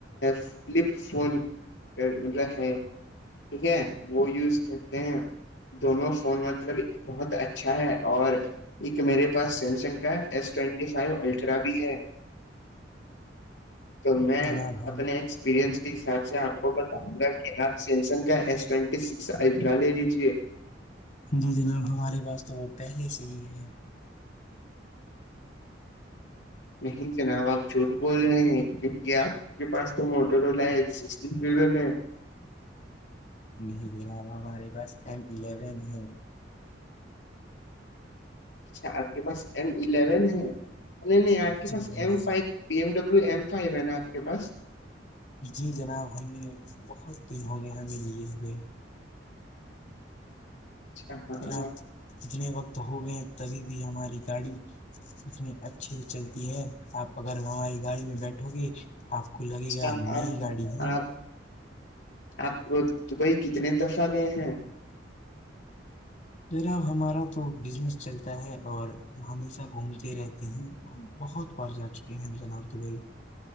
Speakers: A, on the left (about 75°); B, on the left (about 40°).
A: فلپ فون مطلب ہے ٹھیک ہے وہ یوز کرتے ہیں دونوں فون مطلب بہت اچھا ہے اور ایک میرے پاس سیمسنگ کا ایس ٹوینٹی فائیو الٹرا بھی ہے تو میں
B: جناب ہم
A: اپنے ایک پرینس کے حساب سے آپ کو بتاؤ گا کہ آپ سیمسنگ کا ایس ٹ سکس الٹرا لے لیجے
B: جی جناب ہمارے پاس تو وہ پہلے سے ہی ہے
A: نہیں جناب آپ جھوٹ بول رہے ہیں کہ کیا ہمارے پاس تو موٹرولا ایس فیفٹین
B: نہیں جناب ہمارے پاس ایم الیون ہے
A: اچھا آپ کے پاس ایم الیون ہے نہیں نہیں آپ کے
B: جی
A: پاس
B: جناب
A: ایم five B M W M five ہے ناپ کے پاس
B: جی جناب ہم نے بہت دن ہو گئے ہمیں لیے ہوئے
A: اچھا ہاں
B: ن جتنے وقت ہو گئے تبھی بھی ہماری گاڑی اتنی اچھے سے چلتی ہے آپ اگر ہماری گاڑی میں بیٹھو گے آپ کو لگے
A: اچھا
B: گا
A: آپ
B: نئی گاڑی ہے
A: آپ آپ دبئی کتنے دفعہ گئے ہیں
B: را ہمارا تو بزنس چلتا ہے اور ہم ہمیشہ گھومتے رہتے ہیں بہت پرھر جا چکے ہیں جناب دبئی